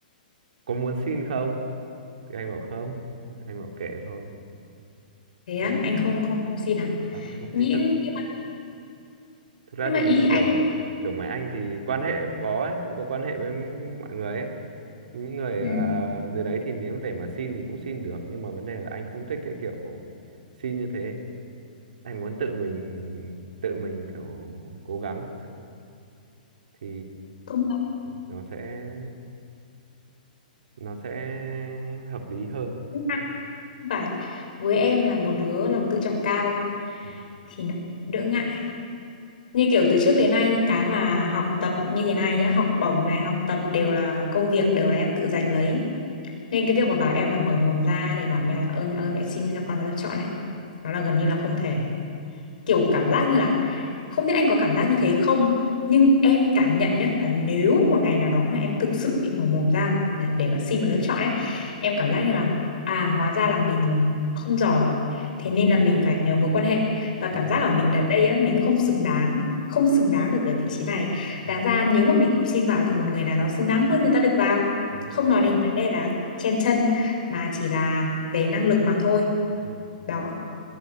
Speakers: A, on the right; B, on the left.
A: có muốn xin không thì anh bảo không anh bảo kệ thôi
B: thế á
A: không,
B: anh không không không xin à
A: không, em không
B: nghĩ
A: xin Thực
B: nhưng mà,
A: thực ra
B: nhưng
A: thì
B: mà ý anh
A: kiểu kiểu mấy anh thì quan hệ cũng có ấy, cũng có quan hệ với mọi người ấy những người
B: ừ,
A: à, dưới đấy thì nếu để mà xin thì cũng xin được nhưng mà vấn đề là anh không thích cái kiểu xin như thế anh muốn tự mình tự mình kiểu cố gắng thì
B: công
A: nó sẽ nó sẽ hợp lý hơn
B: nhận Không phải với em là một đứa lòng tự trọng cao
A: Ừ,
B: thì nó đỡ ngại như kiểu từ trước đến nay những cái mà học tập như thế này nhá học bổng này học tập đều là công việc đều là em tự giành lấy nên cái việc mà bảo em là mở mồm ra để bảo mẹ là ơi mẹ ơi mẹ xin cho con vào lớp chọn ấy, nó là gần như là không thể. Kiểu cảm giác như là không biết anh có cảm giác như thế không, nhưng em cảm nhận nhá là nếu một ngày nào đó mà em thực sự bị mở mồm ra để, để mà xin vào lớp chọn ấy, em cảm giác như là à hóa ra là mình không giỏi, thế
A: ừ,
B: nên là mình phải nhờ mối quan hệ và
A: đúng
B: cảm
A: rồi
B: giác ở mình đợt đây á mình không xứng đáng không xứng đáng được ở vị trí này
A: đúng
B: đáng
A: rồi,
B: ra nếu mà mình không xin vào thì một người nào đó xứng đáng hơn người ta được vào
A: đúng rồi.
B: không nói đến vấn đề là chen chân mà chỉ là về năng lực mà thôi
A: ừ.
B: đó